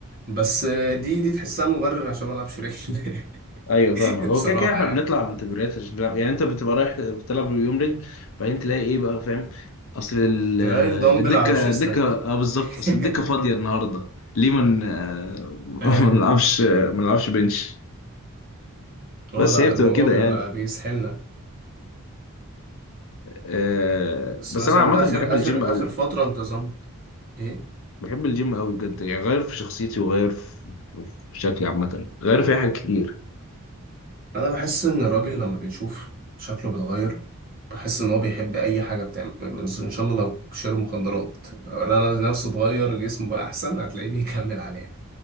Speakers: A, on the right; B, on the left.
A: بس دي دي تحسها مبرر عشان ما العبش رجل
B: ايوه
A: <laughs>
B: فاهمك هو
A: بصراحه
B: كده كده احنا
A: يعني
B: بنطلع من تمرينات عشان نلعب يعني انت بتبقى رايح بتلعب يوم رجل بعدين تلاقي ايه بقى فاهم اصل ال-
A: تلاقي الدمبل
B: آه، الدكه
A: على شيستك
B: الدكه اه بالظبط اصل
A: <laughs>
B: الدكه فاضيه النهارده ليه من <laughs> ما ن-
A: ايوه
B: آه، <laughs> ما نلعبش ما نلعبش بنش
A: اه
B: بس
A: لا
B: هي بتبقى
A: الموضوع
B: كده
A: بيبقى
B: يعني
A: بيسحلنا
B: آه،
A: بس
B: بس
A: مثلا
B: انا عامه
A: آخر
B: بحب الجيم
A: آخر
B: قوي
A: آخر فترة انتظمت إيه؟
B: بحب الجيم قوي بجد يعني غير في شخصيتي وغير في في- في شكلي عامه غير في حاجات كتير
A: أنا بحس إن الراجل لما بيشوف شكله بيتغير بحس إن هو بيحب أي حاجة بتعمله بس إن شاء الله لو شرب مخدرات أنا نفسه اتغير جسمه بقى أحسن هتلاقيه بيكمل عليها